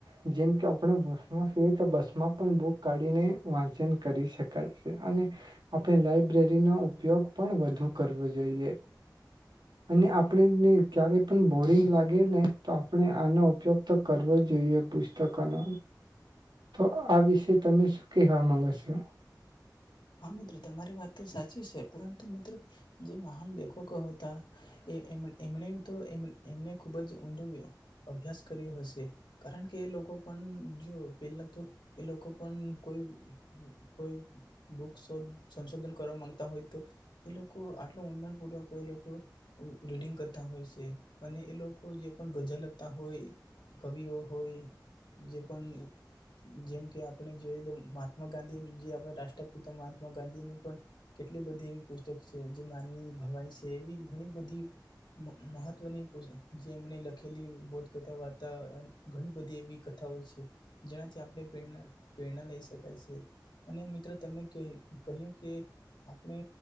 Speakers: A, on the right; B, on the left.
A: જેમ કે આપણે બસમાં તો બસમાં પણ બુક કાઢીને વાચન કરી શકાય સે અને આપણે લાયબ્રેરીનો ઉપયોગ પણ વધુ કરવો જોઈએ અને આપણેને ક્યારે પણ બોરિંગ લાગે ને તો આપણે આનો ઉપયોગ કરવો જોઈએ પુસ્તકોનો તો આ વિશે તમે શું કહેવા માંગો સો.
B: હા મિત્રો તમારી વાત તો સાચી સે પરંતુ મિત્રો જે મહાન લેખકો હતા એ એમણે તો એ એમને ખુબ જ ઊંડો અભ્યાસ કર્યો હશે કારણ કે એ લોકો પણ જો પેલા તો એ લોકો પણ કોઈ કોઈ <unintelligible> સંશોધન કરવા માંગતા હોય તો એ લોકો આટલું ઊંડાણપૂર્વક એ લોકો રીડિંગ કરતા હોય સે અને એ લોકો જે પણ ગઝલ લગતા હોય કવિઓ હોય જે પણ જેમ કે આપણે જોઈ મહાત્મા ગાંધી જે આપણા રાષ્ટ્ર પિતા મહાત્મા ગાંધીની પણ કેટલી બધી એવી પુસ્તક સે જે માનવી ભવાઈ સે એવી ઘણી બધી મહત્વની જે એમણે લખેલી બોધ કથા વાર્તા ઘણી બધી એવી કથાઓ છે જ્યાંથી આપણેેણા પ્રેરણા લઈ શકાય સે અને મિત્ર તમે કે કહ્યું કે આપણે